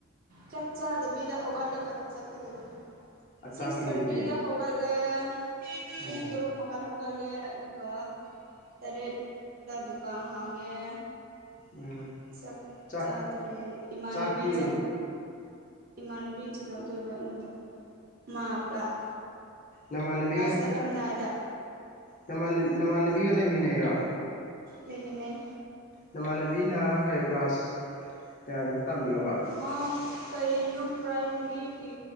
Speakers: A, on the right; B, on the left.
A: ꯆꯠ ꯆꯗꯕꯤꯗ ꯍꯣꯒꯂꯒ ꯆꯄꯦꯗꯕꯅ ꯁꯤꯛꯁ
B: ꯆꯥꯛꯇꯤꯗꯨꯗꯤ
A: ꯊꯔꯇꯤꯗ ꯍꯒ ꯂꯦ
B: ꯎꯝ
A: ꯄꯨꯡ ꯇꯔꯨꯛ ꯃꯈꯥꯗ ꯍꯧꯒꯠꯂꯦ ꯑꯗꯨꯒ ꯇꯔꯦꯠ ꯗꯨꯀꯥꯟ ꯍꯥꯡꯉꯦ
B: ꯎꯝ
A: ꯆꯥꯛ
B: ꯆꯥꯛ
A: ꯆꯥꯗ꯭ꯔꯦ ꯏꯃꯥꯟꯅꯕꯤ
B: ꯆꯥꯛꯇꯤ
A: ꯆꯥꯛ ꯏꯃꯥꯟꯅꯕꯤ ꯊꯤꯜꯂꯧꯗꯣꯏꯕ ꯑꯩꯉꯣꯟꯗ ꯃꯥ ꯀ꯭ꯂꯥꯁ
B: ꯅꯃꯥꯟꯕꯤꯒ
A: ꯆꯠꯂꯝꯗꯥꯏꯗ
B: ꯅꯃꯥꯟ ꯅꯃꯥꯟꯅꯕꯤꯒ ꯂꯩꯃꯤꯟꯅꯩꯔꯣ ꯑ
A: ꯂꯩꯃꯤꯟꯅꯩ
B: ꯅꯃꯥꯟꯅꯕꯤꯅ ꯀꯩ ꯀ꯭ꯂꯥꯁ ꯌꯥꯒꯅꯣ ꯇꯝꯃꯤꯅꯣꯕ
A: ꯃꯥ ꯀꯩꯅꯣ ꯄ꯭ꯔꯥꯏꯃꯔꯤꯒꯤ